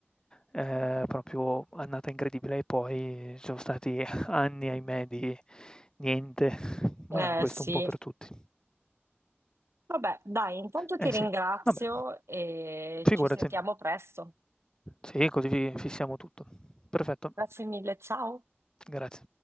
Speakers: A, on the left (about 20°); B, on the right (about 75°).
A: eh, proprio annata incredibile e poi ci sono stati anni, ahimè, di niente, ma
B: Eh,
A: questo
B: sì,
A: un po' per tutti.
B: vabbè, dai, intanto
A: Eh
B: ti ringrazio
A: sì, vabbè,
B: e
A: figurati.
B: ci sentiamo presto.
A: Sì, così fissiamo tutto. Perfetto.
B: Grazie mille, ciao.
A: Grazie.